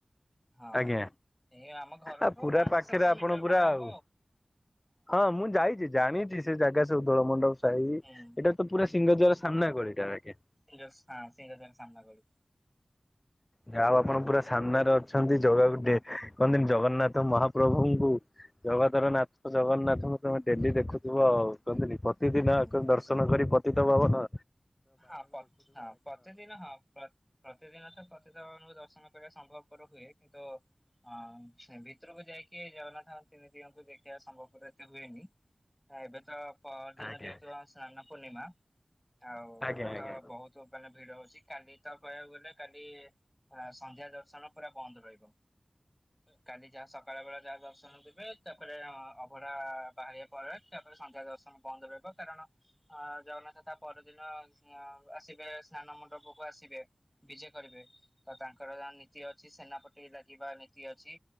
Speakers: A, in the centre; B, on the left.
A: ହଁ
B: ଆଜ୍ଞା
A: ଏଇ ଆମ ଘରଠୁ
B: ଆ ପୁରା
A: ପାଞ୍ଚଶହ
B: ପାଖରେ
A: ସାତଶହ
B: ଆପଣ
A: ମିଟର ଖଣ୍ଡେ
B: ପୁରା
A: ହବ
B: ଆଉ। ହଁ ମୁଁ ଯାଇଛି। ଜାଣିଛି ସେ ଜାଗା ସବୁ ଦୋଳ ମଣ୍ଡପ ସାହି ଏଇଟା
A: ହୁଁ
B: ତ ପୁରା ସିଂହଦ୍ଵାର ସାମ୍ନା ଗଳିଟା ବାଗେ
A: ସି ହଁ <unintelligible> ସିଙ୍ଗ ଦ୍ଵାର ସାମ୍ନା ଗଳି।
B: ଯାହା ହଉ ଆପଣ ପୁରା ସାମ୍ନାରେ ଅଛନ୍ତି ଜଗାକୁ କହନ୍ତିନି ଜଗନ୍ନାଥ ମହାପ୍ରଭୁଙ୍କୁ ଜଗତର ନାଥ ଜଗନ୍ନାଥଙ୍କୁ ତମେ ଡେଲି ଦେଖୁଥିବ ଆଉ। କହନ୍ତିନି ପତି ଦିନ
A: ହୁଁ
B: ଆ ଦର୍ଶନ କରି ପତିତ ବାବନ।
A: ହଁ ପ୍ର ହଁ ପ୍ରତିଦିନ ହଁ। ପ୍ର ପ୍ରତିଦିନ ତ ପତିତ ବାବନ ଦର୍ଶନ କରିବା ସମ୍ଭବ ପର ହୁଏ। କିନ୍ତୁ ହଁ ସେ ଭିତରକୁ ଯାଇକି ନଜଗନ୍ନାଥ ଙ୍କ ତିନି ଦିଅଙ୍କୁ ଦେଖି ଖିବା ସମ୍ଭବରେ ଏତେ ହୁଏନି। ଏବେ ତ ପରଦିନ
B: ଆଜ୍ଞା
A: ଯେହେତୁ ସ୍ନାନ ପୂର୍ଣ୍ଣିମା। ଆଉ
B: ଆଜ୍ଞା
A: ଏବେ ତ
B: ଆଜ୍ଞା।
A: ବହୁତ ମାନେ ଭିଡ ହଉଛି କାଲି ତ କହିବାକୁ ଗଲେ କାଲି ହ ସନ୍ଧ୍ୟା ଦର୍ଶନ ପୁରା ବନ୍ଦ ରହିବ। କାଲି ଯାହା ସକାଳ ବେଳେ ଯାହା ଦର୍ଶନ ଦେବେ, ତାପରେ ଅଭଢା ବାହାରିବା ପରେ ତାପରେ ସନ୍ଧ୍ୟା ଦର୍ଶନ। ବନ୍ଦ ରହିବ। କାରଣ ଅ ଜଗନ୍ନାଥ ତା ପରଦିନ ଆସିବେ ସ୍ନାନ ମଣ୍ଡପକୁ ଆସିବେ ବିଜେ କରିବେ ତ ତାଙ୍କର ଯ ନୀତି ଅଛି ସେନାପ ଲାଗିବା ନୀତି ଅଛି।